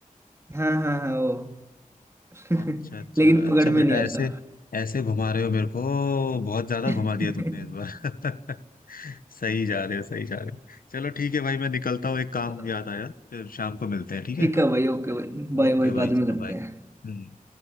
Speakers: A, on the right; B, on the left.
A: हाँ हाँ हाँ वो <laughs>
B: अच्छा अच्छा
A: लेकिन पकड़
B: अच्छा
A: में
B: बेटा
A: अच्छा नहीं आता
B: ऐसे ऐसे घुमा रहे हो मेरे को बहुत ज्यादा
A: <laughs>
B: घुमा दिया तुमने इस बार <laughs> सही जा रहे हो सही जा रहे हो चलो ठीक है भाई मैं निकलता हूँ एक काम
A: अच्छा
B: याद आया फिर शाम को मिलते हैं ठीक
A: ठीक
B: है
A: है भाई ओके भाई बाय
B: ओके
A: बाय
B: भाई
A: बाद में
B: चलो
A: करते
B: बाय
A: हैं
B: हम्म